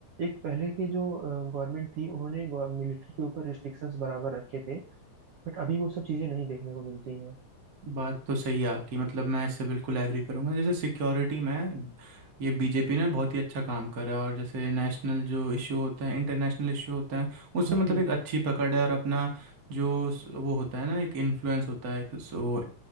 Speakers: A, on the right; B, on the right.
A: एक पहले की जो गवर्नमेंट थी उन्होंने मिलिट्री के ऊपर रिस्ट्रिक्शंस बराबर रखे थे बट अभी वो सब चीजें नहीं देखने को मिलती हैं
B: बात तो सही है आपकी मतलब मैं इससे बिल्कुल एग्री करूंगा जैसे सिक्योरिटी में ये बीजेपी ने बहुत ही अच्छा काम करा है और जैसे नेशनल जो इशू होते हैं इंटरनेशनल इशू होते हैं उससे
A: हम्म
B: मतलब
A: हम्म।
B: एक अच्छी पकड़ है और अपना जो स- वो होता है ना एक इन्फ्लुएंस होता है सो